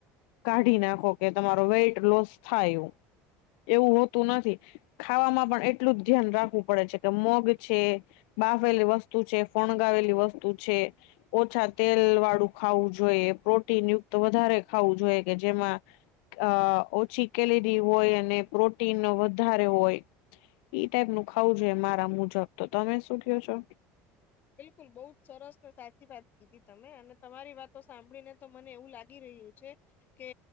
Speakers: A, on the left (about 75°); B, on the left (about 30°).
A: કાઢી નાખો કે તમારો વેઇટ લોસ થાય એ એવું હોતું નથી ખાવામાં પણ એટલું જ ધ્યાન રાખવું પડે છે કે મોગ છે. બાફવેલી વસ્તુ છે ફણગાવેલી વસ્તુ છે. ઓછા તેલ વાળું ખાવું જોઈએ. પ્રોટીન યુક્ત વધારે ખાવું જોઈએ કે જેમાં અ ઓછી કેલેરી હોય અને પ્રોટીન વધારે હોય. ઈ ટાઈપ નું ખાવું જોઈએ મારા મુજબ તો તમે શું કો છો.
B: બિલકુલ બઉુ જ સરસ ને સાચી વાત કીધી તમે અને તમારી વાતો સાંભળી ને તો મને એવું લાગ રહ્યું છે કે